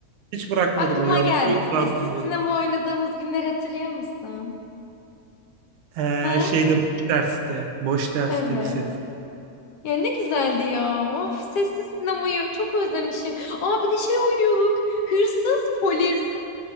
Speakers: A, on the right; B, on the left.
A: hiç bırakmadım
B: Aklıma
A: o yıl
B: geldi.
A: o yıllardan
B: Sessiz
A: beri.
B: sinema oynadığımız günleri hatırlıyor musun?
A: He,
B: Ha?
A: şeyde boş derste. Boş derste
B: Evet.
A: lisede.
B: Ya ne güzeldi ya. Of sessiz sinemayı çok özlemişim. Aa bir de şey oynuyorduk. Hırsız polis.